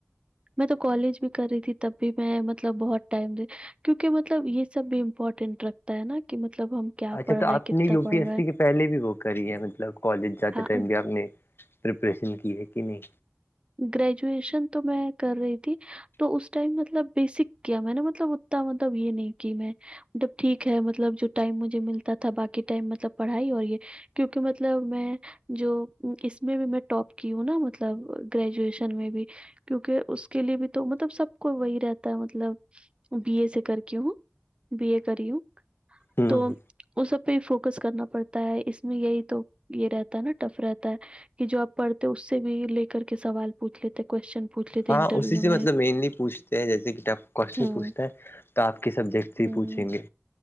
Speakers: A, on the right; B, on the left.
A: میں تو کالج بھی کر رہی تھی تب بھی میں مطلب بہت ٹائم دے کیونکہ مطلب یہ سب بھی امپورٹنٹ رکھتا ہے نا کہ مطلب ہم کیا
B: اچھا
A: پڑھ
B: تو
A: رہے ہیں
B: آپ
A: کتنا
B: نے یو
A: پڑھ
B: پی ایس
A: رہے ہیں
B: سی کے پہلے بھی وہ کری ہے مطلب کالج جاتے
A: ہاں
B: ٹائم بھی آ نے پرریپریشن کی ہے کہ نہیں
A: گریجویشن تو میں کر رہی تھی تو اس ٹائم مطلب بیسک کیا میں نے مطلب اتنا مطلب یہ نہیں کہ میں جب ٹھیک ہے مطلب جو ٹائم مجھے ملتا تھا باقی ٹائم مطلب پڑھائی اور یہ کیونکہ مطلب میں جو اس میں بھی میں ٹاپ کی ہوں نا مطلب گریجویشن میں بھی کیونکہ اس کے لیے بھی تو مطلب سب کو وہی رہتا ہے مطلب بی اے سے کر کے ہوں بی ا کری ہوں
B: ہوں
A: تو اس سب پہ فوکس کرنا پڑتا ہے اس میں یہی تو یہ رہتا ہے نا ٹف رہتا ہے کہ جو آپ پڑھتے اس سے بھی لے کر کے سوال پوچھ لیتے کوشچن پوچھ لیتے
B: ہاں
A: انٹرویو
B: اسی سے
A: میں
B: مطلب مینلی پوچھتے ہیں جیسے کہ ٹف کوشچن
A: ہوں
B: پوچھتا ہیں تو آپ کے سبجیکٹ
A: ہوں
B: سے ہی پوچھیں گے